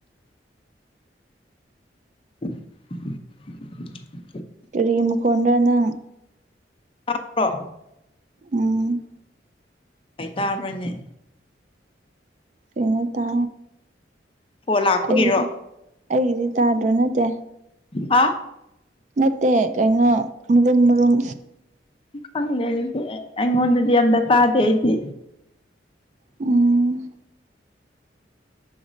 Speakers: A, on the left (about 30°); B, on the right (about 40°).
A: <inaudible>
B: ꯀꯔꯤꯔꯤꯃꯀꯣꯗꯅ
A: ꯍꯥ꯭ꯔꯣ
B: ꯎꯝ
A: ꯍꯥꯏ ꯇꯥꯕ꯭ꯔꯅꯦ
B: ꯐꯩꯅ ꯇ
A: ꯐꯣꯟ ꯂꯥꯛꯄꯒꯤꯔꯣ
B: ꯑꯩꯒꯤꯗꯤ ꯑꯩꯒꯤꯗꯤ ꯇꯥꯗ꯭ꯔꯣ ꯅꯠꯇꯦ
A: ꯍꯥ
B: ꯅꯠꯇꯦ ꯀꯩꯅꯩꯅꯣ ꯃꯨꯟ ꯃꯔꯨꯝ
A: ꯈꯪꯗꯦ ꯑꯗꯨꯗꯤ ꯑꯩꯉꯣꯟꯗꯗꯤ ꯌꯥꯝꯗ ꯇꯥꯗꯦ ꯑꯩꯗꯤ
B: ꯎꯝ